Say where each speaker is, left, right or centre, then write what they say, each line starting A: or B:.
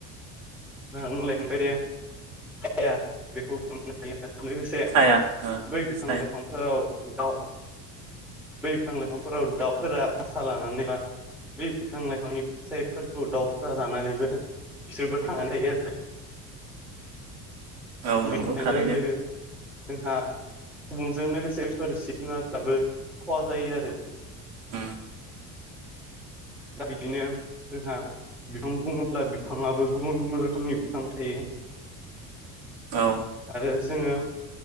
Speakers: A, in the centre; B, on the right.
A: बुंलायफखाय दे हाया बेखौ <unintelligible> लोगोसे
B: साया
A: बै बिफां
B: साया
A: लाइफां फोराव दाउ दै बिफां लाइफांफोराव दाउफोरा भासा लानानै बा बे बिफां लाइफांनि फिथाइफोरखौ दाउफोरा जानानैबो बिसोरबो थांनानै थायो आरो
B: औ
A: बिहुनथायाइ
B: नंगौ थारैनो
A: लोगो लोगो जोंहा सुबुंजों लोगोसे बेफोर जिब जुनारफ्राबो खहा जायो आरो
B: उम
A: दा बिदिनो जोंहा बिफां बुङोब्ला बिफाङाबो गुबुन गुबुन रोखोमनि बिफां थायो
B: औ
A: आरो जोङो